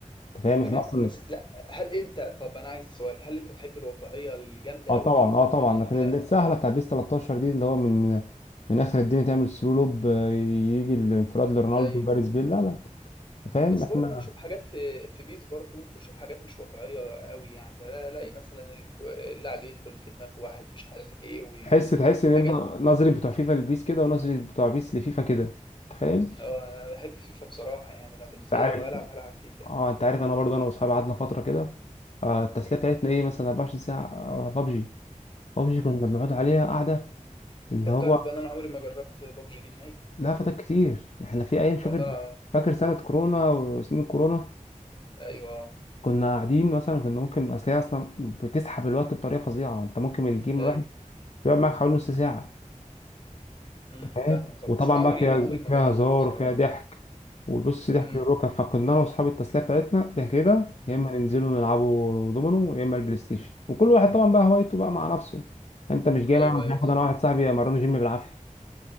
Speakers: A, on the left (about 50°); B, on the left (about 35°).
A: انت فاهم
B: تمام
A: احنا اصلا
B: بس لا هل انت طب انا عايز السؤال هل انت تحب الواقعية الجامدة
A: اه
B: قوي
A: طبعا
B: دي
A: اه
B: ولا
A: طبعا
B: تحب
A: لكن
B: لا
A: اللي السهله بتاع بيس 13 دي اللي هو من من اخر الدنيا تعمل سلو لوب آه، يجي الانفراد لرونالدو
B: ايوه
A: وجاريث بيل لا لا أنت فاهم
B: بس
A: احنا
B: برضه انا بشوف حاجات في في بيس برضه بشوف حاجات مش واقعية قوي يعني بلاقي مثلا الك- اللاعب يدخل في دماغ واحد مش عارف ايه وحاجات
A: تحس تحس ان انت نظري بتوع فيفا لبيس كده ونظري بتوع بيس لفيفا كده انت فاهم
B: هو انا بحب فيفا بصراحه يعني انا بالنسبه
A: انت عارف
B: لي لو هلعب هلعب فيفا يعني
A: اه انت عارف انا برضه انا واصحابي قعدنا فتره كده آه التسليه بتاعتنا ايه مثلا 24 ساعه بابجي بابجي
B: امم
A: كنا بنقعد عليها قاعده اللي
B: طب
A: هو
B: تعرف بقى إن انا عمري ما جربت بابجي دي نهائي
A: لا فتك كتير احنا في ايام فاكر
B: والله أنا...
A: فاكر سنه كورونا وسنين كورونا
B: ايوه
A: كنا قاعدين مثلا كنا ممكن اصل هي اصلا بتسحب الوقت بطريقه فظيعه انت ممكن الجيم الواحد
B: ايوه
A: يقعد معاك حوالي نص ساعه
B: امم
A: تمام
B: فاهمك آه،
A: وطبعا
B: بس انا عمري
A: بقى فيها
B: عمري
A: فيها
B: ما جربتها
A: هزار
B: بصراحه
A: وفيها ضحك وبص ضحك
B: امم
A: للركب فكنا انا واصحاب التسليه بتاعتنا يا كده يا
B: امم
A: اما ننزلوا نلعبوا دومينو يا اما البلاي ستيشن وكل واحد طبعا بقى هوايته بقى مع نفسه انت مش جاي
B: ايوه
A: معايا
B: ايوه
A: مش هاخد
B: فاهم
A: انا واحد صاحبي امرنه جيم بالعافيه